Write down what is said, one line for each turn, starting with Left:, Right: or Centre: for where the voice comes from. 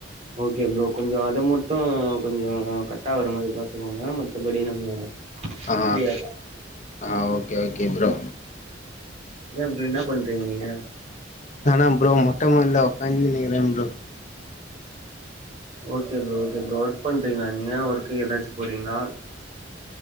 Right: ஓகே ப்ரோ கொஞ்சொ அத மட்டு கொஞ்சொ கட் ஆகுற மாரி பாத் துக்கோங்க மத்தப்படி நம்ம
Left: ஆ
Right: ஃப்ரீயா
Left: ஆ ஓகே ஓகே ப்ரோ
Right: என்னா ப்ரோ என்ன பண்றீங்க நீங்க
Left: நானா ப்ரோ மொட்ட மாட்ல ஒக்காந்துனுக்குறம் bro
Right: okay bro okay bro work பண்றீங்ளா நீங்க ஒர்க்கு எதாச்சு போறீங்ளா